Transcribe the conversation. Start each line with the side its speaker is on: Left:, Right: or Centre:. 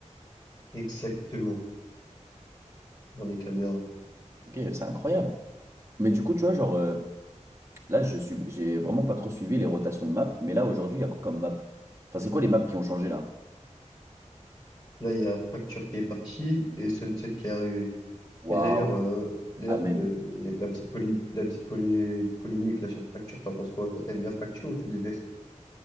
Left: Exactement, dans les caméras.
Right: Ok, c'est incroyable. Mais du coup, tu vois, genre, euh, là, je suis, j'ai vraiment pas trop suivi les rotations de maps. Mais là, aujourd'hui, il y a quoi comme map? Enfin, c'est quoi les maps qui ont changé là?
Left: Là il y a Fracture qui est parti et Sunset qui est arrivé.
Right: Waouh,
Left: Et d'ailleurs euh, d'ailleurs
Right: Ahmed.
Left: te- y a la petite poly- la petite poly- polémique là sur Fracture, t'en penses quoi? Toi t'aimes bien Fracture ou tu détestes?